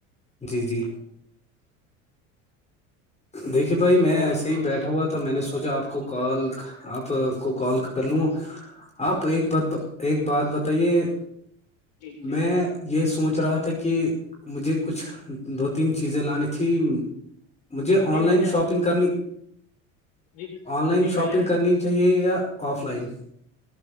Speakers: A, on the left; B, on the left.
A: جی جی دیکھیے بھائی میں
B: اور
A: ایسے ہی بیٹھا ہوا تھا میں نے سوچا آپ کو کال آپ کو کال کر لوں آپ ایک بات ایک بات بتائیے
B: جی جی
A: میں یہ سوچ رہا تھا کہ کہ مجھے کچھ دو تین چیزیں لانی تھی مجھے
B: جی
A: آن
B: بھائی
A: لائن
B: جان
A: شاپنگ
B: جی
A: کرنی
B: جی
A: آن لائن
B: جی بھائی
A: شاپنگ
B: جان
A: کرنی چاہیے یا آف لائن